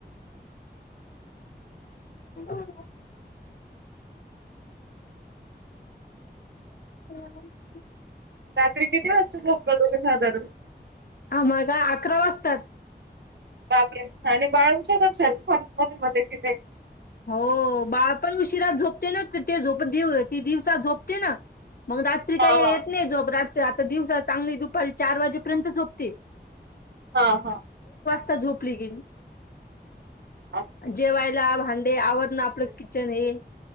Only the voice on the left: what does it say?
<unintelligible> <inaudible> हम् <unintelligible>
आम्हाला अकरा वाजतात.
हो बाळ पण उशिरा झोपते ना तर ते झोपते ती दिवसा झोपते ना? मग रात्री काही
येत
नाही झोप रात्री आता दिवसा चांगली दुपारी चार वाजेपर्यंत झोपते.
आता झोपली की
जेवायला भां ते आवरण आपलं किचन हे,